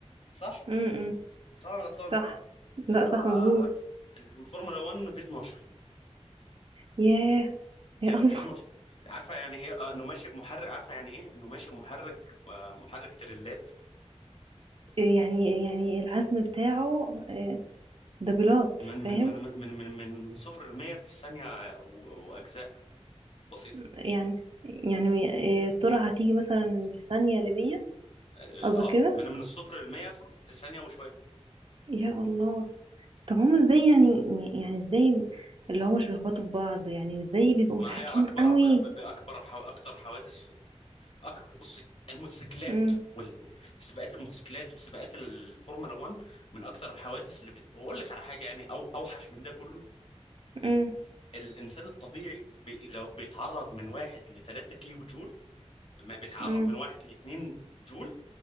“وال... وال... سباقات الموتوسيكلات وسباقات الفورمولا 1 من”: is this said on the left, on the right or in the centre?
Left